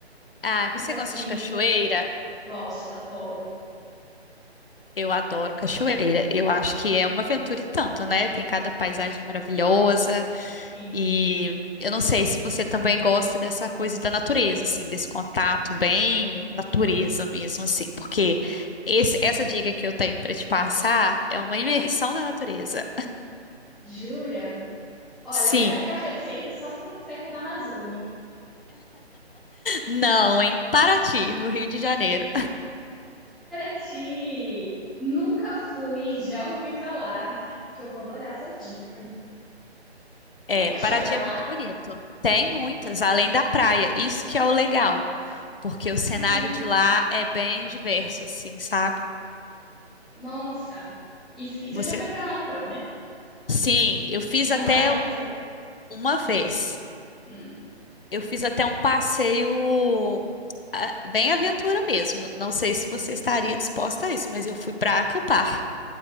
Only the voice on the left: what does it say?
Ah,
você
gosta de cachoeira?
Eu adoro cachoeira. Eu acho que é uma aventura e tanto, né? Tem cada paisagem maravilhosa.
E eu não sei se você também gosta dessa coisa da natureza, assim, desse contato bem natureza mesmo, assim, porque esse- essa dica que eu tenho pra te passar é uma imersão na natureza.
Sim,
não, em Paraty, no Rio de Janeiro.
É,
Paraty
é muito bonito. Tem muitas, além da praia. Isso que é o legal, porque o cenário
de lá é bem diverso, assim, sabe?
Você,
sim, eu fiz
até
um-
uma vez.
Eu fiz até um passeio ah, bem aventura mesmo. Não sei se você estaria disposta a isso, mas eu fui para acampar.